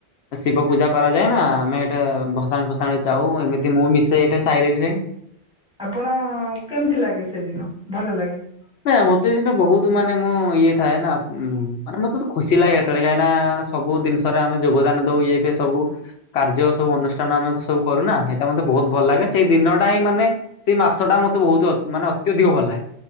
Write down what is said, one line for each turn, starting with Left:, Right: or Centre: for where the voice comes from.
Left: ଶିବ ପୂଜା କରାଯାଏ ନା ଆମେ ଏଟା ଭସାଣୀ ଫସାଣ ଯାଉ ଏମିତି ମୁଁ ମିଶେ ଏଟା ସାହିରେ ବି ଯାଇ।
Centre: ଆପଣ କେମିତି ଲାଗେ ସେଦିନ ଭଲ ଲାଗେ।
Left: ନା ମତେ ଏଇନା ବହୁତ ମାନେ ମୁଁ ଇଏ ଥାଏ, ନା ମାନେ ମତେ ଖୁସି ଲାଗେ ସେତେବେଳେ କାହିଁକି ନା ସବୁ ଜିନିଷରେ ଆମେ ଯୋଗଦାନ ଦଉ। ଇଏ ଫିଏ ସବୁ କାର୍ଯ୍ୟ ସବୁ ଅନୁଷ୍ଠାନ ଆମେ ସବୁ କରୁନା, ସେଇଟା ମତେ ବହୁତ ଭଲ ଲାଗେ। ସେଇ ଦିନ ଟା ହିଁ ମାନେ ସେଇ ମାସ ଟା ମତେ ବହୁତ ମାନେ ଅତ୍ୟଧିକ ଭଲ ଲାଗେ।